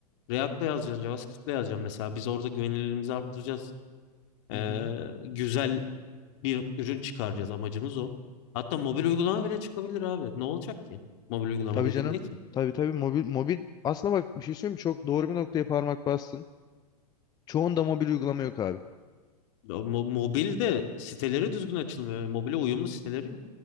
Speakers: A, on the left (about 50°); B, on the left (about 20°).
A: React'la yazacaksın, JavaScript'le yazacaksın mesela. Biz orada güvenilirliğimizi arttıracağız. Ee,
B: Hı hı.
A: güzel bir ürün çıkaracağız. Amacımız o. Hatta mobil uygulama bile çıkabilir abi. Ne olacak ki? Mobil uygulama
B: Tabii
A: dediğin
B: canım.
A: ne ki?
B: Tabii tabii mobil mobil aslında bak bir şey söyleyeyim mi? çok doğru bir noktaya parmak bastın. Çoğunda mobil uygulama yok abi.
A: Ya mo- Mobilde siteleri düzgün açılmıyor. Yani Mobile uyumlu siteleri yok.